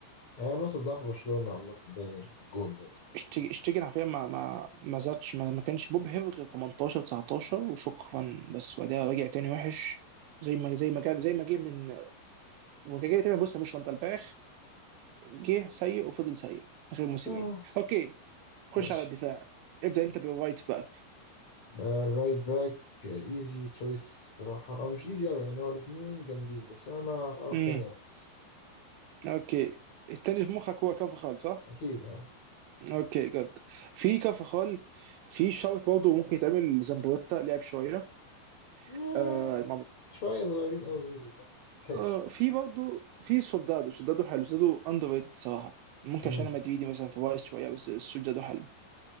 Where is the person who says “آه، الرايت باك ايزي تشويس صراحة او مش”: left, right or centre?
Left